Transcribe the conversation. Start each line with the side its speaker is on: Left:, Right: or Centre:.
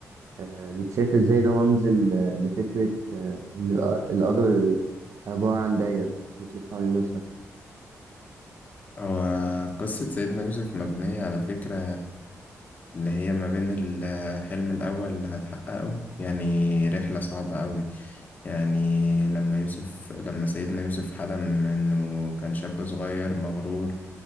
Right: آه، انت شايف ازاي ده رمز ل- لفكرة آه، ان الق- القدر عبارة عن دايرة بتلف حوالين نفسها
Left: هو قصة سيدنا يوسف مبنية على فكرة اللي هي ما بين الحلم الأول اللي هتحققه يعني رحلة صعبة أوي يعني لما يوسف لما سيدنا يوسف حلم إنه كان شاب صغير مغرور